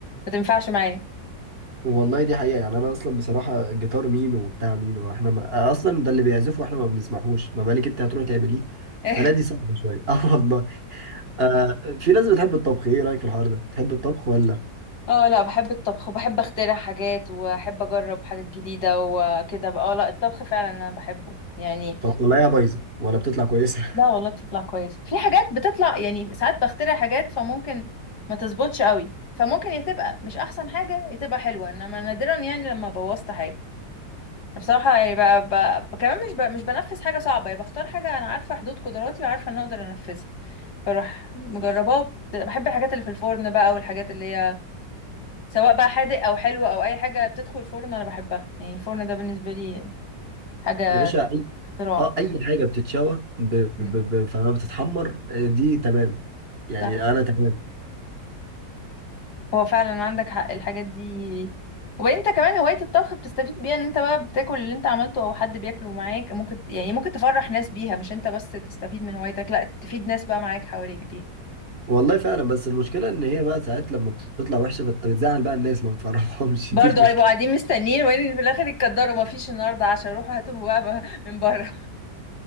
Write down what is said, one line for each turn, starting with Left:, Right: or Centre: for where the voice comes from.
Left: ما تنفعش معايا
Right: والله دي حقيقة يعني انا اصلا بصراحة الجيتار مين وبتاع مين واحنا ما... اصلا ده اللي بيعزفه واحنا ما بنسمعهوش ما بالك انت هتروح تعمليه
Left: <laughs>
Right: فلا دي صعبة شوية <laughs> اه والله آه في ناس بتحب الطبخ ايه رأيك في الحوار ده بتحب الطبخ ولا
Left: اه لا بحب الطبخ وبحب اخترع حاجات واحب اجرب حاجات جديدة وكده بقى اه لا الطبخ فعلا انا بحبه يعني
Right: فتطلعيها بايظة ولا بتطلع كويسة
Left: لا والله بتطلع كويس في حاجات بتطلع يعني ساعات بخترع حاجات فممكن ما تظبطش قوي فممكن يا تبقى مش احسن حاجة يا تبقى حلوة انما نادرا يعني لما بوظت حاجة بصراحة يعني بقى, بقى كمان مش بقى مش بنفذ حاجة صعبة يعني بختار حاجة انا عارفة حدود قدراتي وعارفة ان أنا اقدر انفذها بروح مجرباه بحب الحاجات اللي في الفرن بقى والحاجات اللي هي سواء بقى حادق او حلو او اي حاجه بتدخل الفرن انا بحبها يعني الفرن ده بالنسبه لي
Right: <laughs>
Left: حاجه
Right: يا باشا اي
Left: اختراع
Right: اه اي حاجة بتتشوى ب...
Left: مم.
Right: ب... ب... فما بتتحمر آه، دي تمام يعني
Left: صح
Right: انا تمام
Left: هو فعلا عندك حق الحاجات دي وبعدين انت كمان هوايه الطبخ بتستفيد بيها ان انت بقى بتاكل اللي انت عملته او حد بياكله معاك ممكن يعني ممكن تفرح ناس بيها مش انت بس تستفيد من هوايتك لا تفيد ناس بقى معاك حواليك بيها
Right: والله فعلا بس المشكلة إن هي بقى ساعات لما بتطلع وحشة فأنت بتزعل بقى الناس ما بتفرحهمش
Left: برضه
Right: <laughs> دي المشكلة
Left: هيبقوا قاعدين مستنيين وين في الاخر يتقدروا ما فيش النهارده عشان روحوا هاتوا بقى من بره